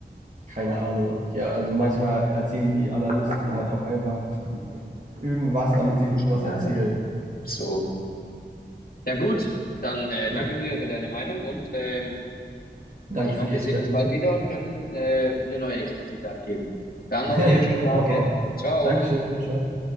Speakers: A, on the right (about 45°); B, on the left (about 55°).
A: Keine Ahnung. Ja, also manchmal erzählen die Analysten halt auch einfach irgendwas, damit sie irgendwas
B: Schmarren.
A: erzählen.
B: So. Ja gut, dann äh,
A: Ne?
B: danke dir für deine Meinung und ähm,
A: Danke
B: Ich
A: für
B: hoffe,
A: die
B: wir
A: Expertise.
B: sehen uns bald wieder und können äh, eine neue Expertise abgeben. Dann
A: <laughs>
B: noch dir einen schönen Tag,
A: Ich hoffe
B: gell?
A: auch.
B: Ciao.
A: Dankeschön, ciao. ciao.